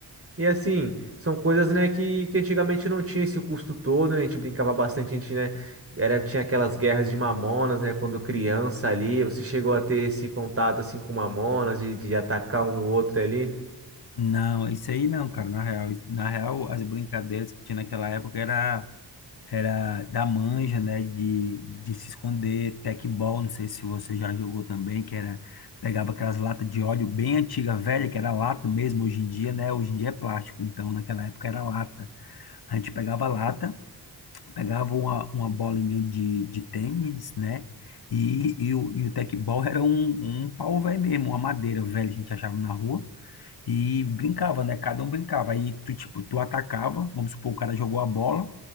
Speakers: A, on the right (about 35°); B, on the left (about 60°).
A: E assim, são coisas, né, que, que antigamente não tinha esse custo todo, né? A gente brincava bastante, a gente, né, era, tinha aquelas guerras de Mamonas, né, quando criança ali, você chegou a ter esse contato, assim, com Mamonas, de, de atacar um no outro ali.
B: Não, isso aí não, cara. Na real, na real, as brincadeiras que tinha naquela época era, era da manja, né? De, de se esconder, tecbol, não sei se você já jogou também, que era, pegava aquelas latas de óleo bem antiga, velha, que era lata mesmo, hoje em dia, né? Hoje em dia é plástico, então naquela época era lata. A gente pegava lata, pegava uma, uma bolinha de, de tênis, né? E, e, o, e o tecbol era um, um pau velho mesmo, uma madeira velha que a gente achava na rua. E brincava, né? Cada um brincava. Aí tu, tipo, tu atacava, vamos supor, o cara jogou a bola,